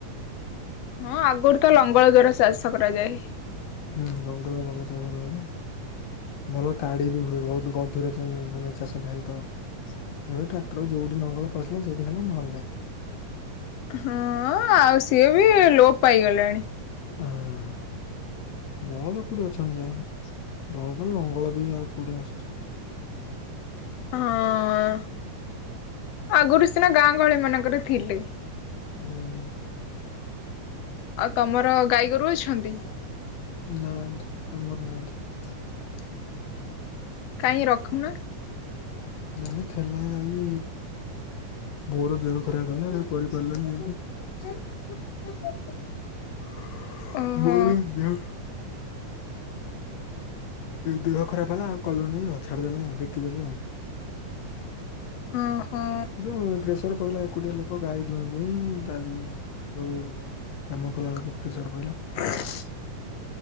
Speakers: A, on the left; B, on the left.
A: ହଁ ଆଗରୁ ତ ଲଙ୍ଗଳ ଦ୍ଵାରା ଚା ଚାଷ କରାଯାଏ।
B: ହୁଁ ଲଙ୍ଗଳ ଭଲ ଚାଷ କରାଯାଏ ଭଲ ତାଡି ବି ହୁଏ ବହୁତ ଗଭୀର ମାନେ ଚାଷ ହେଇଥିବ ଏବେ ଟ୍ରାକ୍ଟର ଯୋଉଠି ଲଙ୍ଗଳ ପଶିଲା ସେଇଠି ହେଲା ନ ହେଲେ ନାହିଁ ।
A: ହଁ ଆଉ ସିଏ ବି ଲୋପ ପାଇଗଲଣି।
B: ହଁ ବଳଦ କୋଉଠି ଅଛନ୍ତି ଯଉ ବଳଦର ଲଙ୍ଗଳ ବି ଆଉ କୋଉଠି ଆସୁଛି ।
A: ହଁ। ଆଗରୁ ସିନା ଗାଁ ଗହଳି ମାନଙ୍କରେ ଥିଲେ ।
B: ହୁଁ।
A: ଆଉ ତମର ଗାଈଗୋରୁ ଅଛନ୍ତି?
B: ନାହାଁନ୍ତି ନା ଆମର ନାହାଁନ୍ତି।
A: କାଇଁ ରଖୁନ।
B: ନାଇଁ ଥିଲା ଗାଈ, ବୋଉର ଦେହ ଖରାପ ହେଲା କରିପାରିଲାନି ।
A: ଓହୋ
B: ବୋଉର ଦେ ଦେହ ଖରାପ ହେଲା ଆଉ କଲୁନି ଆଉ ଛାଡିଦେଲା ଆଉ ବିକିଦେଲୁ ଆଉ।
A: ଅ ହୋ ।
B: ଯୋଉ ପ୍ରେସର ପଇଲା ଏକୁଟିଆ ଲୋକ ଗାଈ ଦୁହାଁ ଦୁହିଁ ତା ଯୋଉ କାମ କଲା ବେଳକୁ ପ୍ରେସର ପଇଲା ।